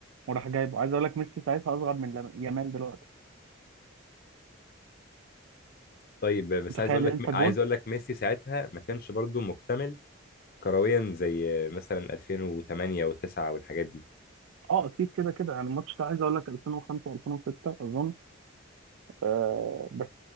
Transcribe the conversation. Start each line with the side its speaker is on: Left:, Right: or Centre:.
Right: وراح جايبه عايز اقول لك ميسي ساعتها اصغر من لم- يامال دلوقتي
Left: طيب بس
Right: متخيل
Left: عايز اقول لك
Right: انت الجون
Left: عايز اقول لك ميسي ساعتها ما كانش برضو مكتمل كرويا زي مثلا 2008 و9 والحاجات دي
Right: اه اكيد كده كده يعني الماتش ده عايز اقول لك 2005 2006 اظن آه بس